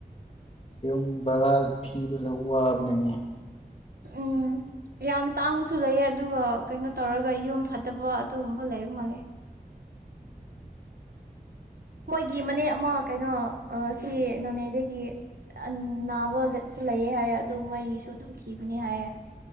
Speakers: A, on the left (about 40°); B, on the right (about 70°).
A: ꯌꯨꯝ ꯕꯔꯥ ꯊꯤꯕꯁꯨ ꯋꯥꯕꯅ‌ꯦꯃꯤ
B: ꯎꯝ ꯌꯥꯝ ꯇꯥꯡꯕꯁꯨ ꯂꯩꯌꯦ ꯑꯗꯨꯒ ꯀꯩꯅꯣ ꯇꯧꯔꯒ ꯌꯨꯝ ꯐꯠꯇꯕ ꯑꯗꯨꯒꯨꯝꯕ ꯂꯩꯕ ꯃꯥꯜꯂꯦ
A: <unintelligible>
B: ꯃꯣꯏꯒꯤ ꯃꯅꯦ ꯑꯃ ꯀꯩꯅꯣ ꯑꯥ ꯁꯤ ꯅꯣꯅꯦꯗꯒꯤ ꯑꯥ ꯅꯥꯕꯁꯨ ꯂꯩꯌꯦ ꯍꯥꯏꯌꯦ ꯑꯗꯨ ꯃꯣꯏꯒꯤꯁꯨ ꯑꯗꯨꯝ ꯊꯤꯕꯅꯤ ꯍꯥꯏꯌꯦ